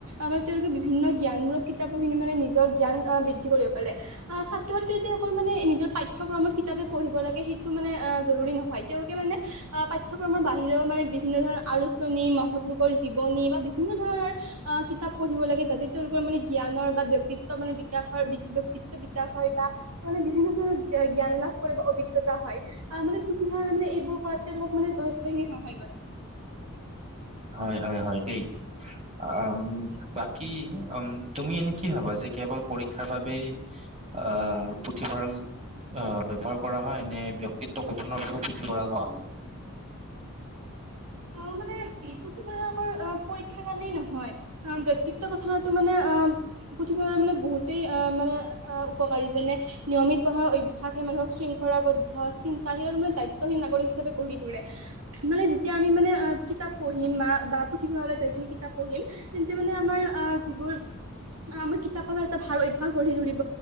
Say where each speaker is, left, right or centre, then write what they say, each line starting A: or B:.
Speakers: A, on the right; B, on the right.
A: আৰু তেওঁলোকে বিভিন্ন জ্ঞান প্ৰ কিতাপ খিনি মানে নিজৰ জ্ঞান বৃদ্ধি কৰিব পাৰে আহ ছাত্ৰ ছাত্ৰীয়ে যিসকল মানে নিজৰ পাঠ্যক্ৰমৰ কিতাপ। <unintelligible> পঢ়িব লাগে সেইটো মানে অ, জৰুৰী নহয়। তেওঁলোকে মানে অ, পাঠ্যক্ৰমৰ বাহিৰেও মানে বিভিন্ন ধৰণৰ আলোচনী মহৎলোকৰ জীৱনী বা বিভিন্ন বিভি ধৰণৰ অ, কিতাপ পঢ়িব লাগে যাতে তেওঁলোকৰ মানে জ্ঞানৰ বা ব্যক্তিত্ব মানে বিকাশ হয় ব্যক্তিত বিকাশ হয় বা মানে বিভিন্ন ধৰণৰ জ্ঞান লাভ কৰে বা অভিজ্ঞতা হয় আহ মানে পুথি মানে এইবোৰ কৰা তেওঁলোক মানে যথেষ্ট খিনি সহায় কৰে।
B: হয়-হয়-হয় দেই। উ বাকী উ তুমি এনে কি ভাবা যে কেৱল পৰীক্ষাৰ বাবেই। আহ, পুথিভঁৰাল আহ, ব্যৱহাৰ কৰা হয় নে ব্যয়ক্তিত্ব গঠনৰ বাবেও পুথিভৰা হোৱা হয়।
A: অ' মানে পুথিভঁৰা পৰক্ষােই নহয় ব্যক্তিত্ব গঠনো মানে পুথিভৰাল <unintelligible> বহুতেই অ, মানে অ, উপকাৰী যেনে নিয়মিত পঢ়াৰ অভ্যাসে মানুহক শৃংখলাবদ্ধ চিন্তাৰ মানে দায়িত্বী নাগৰিক হিচাপে গঢ়ি তোলে মানে যেতিয়া আমি মানে কিতাপ পঢ়িম বা পুথিভঁৰালৈ যাই পি কিতাপ পঢ়িম তেন্তে মানে আমাৰ আহ যিবোৰ। অ, আমাৰ কিতাপৰ এটা ভাল অভ্যাস গঢ়ি তৰিব